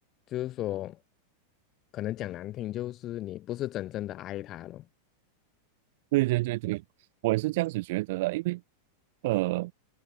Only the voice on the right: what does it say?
对对对对，我也是这样子觉得的，因为呃，